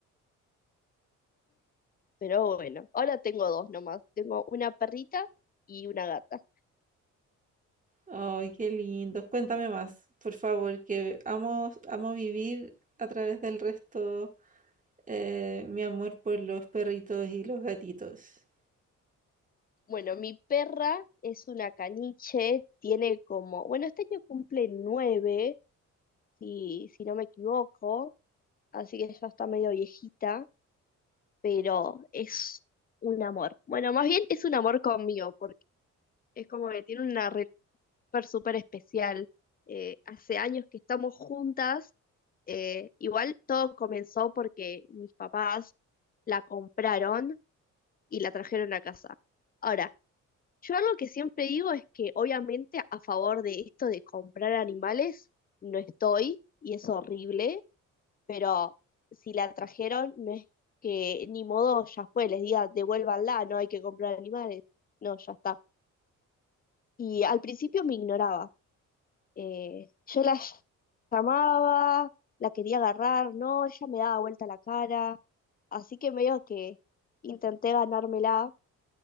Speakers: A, on the left; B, on the right.
A: Pero bueno, ahora tengo dos nomás. Tengo una perrita y una gata.
B: Ay, qué lindos. Cuéntame más, por favor, que amo, amo vivir a través del resto eh, mi amor por los perritos y los gatitos.
A: Bueno, mi perra es una caniche, tiene como, bueno, este año cumple nueve si, si no me equivoco, así que ya está medio viejita, pero es un amor. Bueno, más bien es un amor conmigo, porque es como que tiene una relación súper súper especial. Eh, hace años que estamos juntas, eh, igual todo comenzó porque mis papás la compraron y la trajeron a casa. Ahora, yo algo que siempre digo es que obviamente a favor de esto de comprar animales no estoy y es horrible pero si la trajeron, no es que ni modo, ya fue, les diga, devuélvanla, no hay que comprar animales. No, ya está. Y al principio me ignoraba. Eh, yo la ll- llamaba, la quería agarrar, no, ella me daba vuelta la cara, así que medio que intenté ganármela.